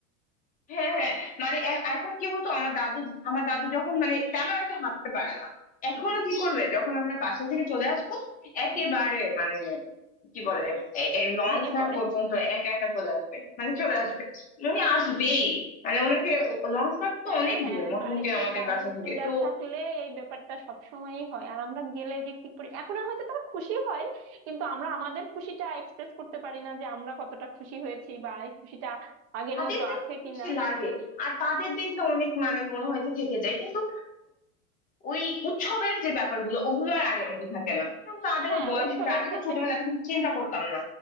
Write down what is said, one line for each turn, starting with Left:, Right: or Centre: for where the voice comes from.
Left: হ্যাঁ হ্যাঁ মানে এ- এখন কি হতো আমার দাদু আমার দাদু যখন মানে তেমন একটা হাঁটতে পারে না এখনো
Right: হুম
Left: কি করবে যখন আমরা বাসা থেকে চলে আসবো একেবারে
Right: হুম
Left: মানে কি বলে এই লঞ্চ
Right: ভেঙে
Left: ঘাট
Right: পড়ে
Left: পর্যন্ত একা একা চলে আসবে মানে চলে আসবে উনি আসবেই মানে ওনাকে লঞ্চ ঘাট তো
Right: হ্যাঁ
Left: অনেক
Right: হ্যাঁ
Left: দূরে মোটামুটি
Right: বাড়িতে
Left: আমাদের
Right: দাদু
Left: বাসা থেকে
Right: দিদা
Left: তো
Right: থাকলে এই ব্যাপারটা সব সময়ই হয় আর আমরা গেলে যে কি পরি এখন আর হয়তো তারা খুশি হয় কিন্তু আমরা আমাদের খুশিটা এক্সপ্রেস করতে পারি না যে আমরা কতটা খুশি হয়েছি বা এই খুশিটা আগের
Left: তাদের
Right: মতো
Left: দেখলে
Right: আছে কিনা
Left: খুশি লাগে আর তাদের দেখলে অনেক মানে মনে হয় যে থেকে যায় কিন্তু ওই উৎসবের যে ব্যাপারগুলো ওগুলো আর আগের মতো থাকে না এখন তাদেরও
Right: হ্যাঁ
Left: বয়স
Right: উৎসবের
Left: হয়েছে আগে
Right: ক্ষেত্রে
Left: তো ছোটবেলায় এত কিছু চিন্তা করতাম না